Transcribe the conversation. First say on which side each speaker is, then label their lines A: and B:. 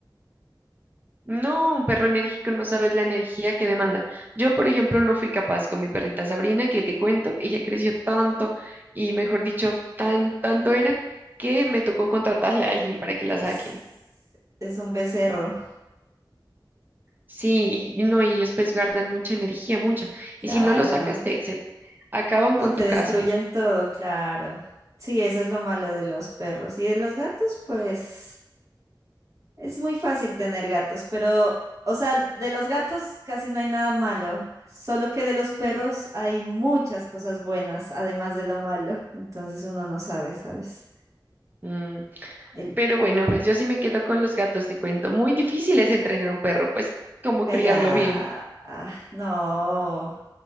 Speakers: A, on the right; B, on the right.
A: No, un perro enérgico no sabes la energía que demanda. Yo, por ejemplo, no fui capaz con mi perrita Sabrina, que te cuento, ella creció tanto y, mejor dicho, tan, tanto era que me tocó contratarle a alguien para que
B: Es,
A: la saque.
B: es un becerro,
A: Sí, y no, y ellos pues guardan mucha energía, mucha.
B: claro.
A: Y si no lo sacas, te, se acaban
B: No,
A: con
B: te
A: tu
B: destruyen
A: casa.
B: todo, claro. Sí, eso es lo malo de los perros. Y de los gatos, pues es muy fácil tener gatos, pero, o sea, de los gatos casi no hay nada malo, solo que de los perros hay muchas cosas buenas, además de lo malo. Entonces uno no sabe, ¿sabes?
A: Mm,
B: El...
A: Pero bueno, pues yo sí me quedo con los gatos, te cuento. Muy difícil es entrenar a un perro, pues como
B: Calla.
A: criarlo bien.
B: ah, No.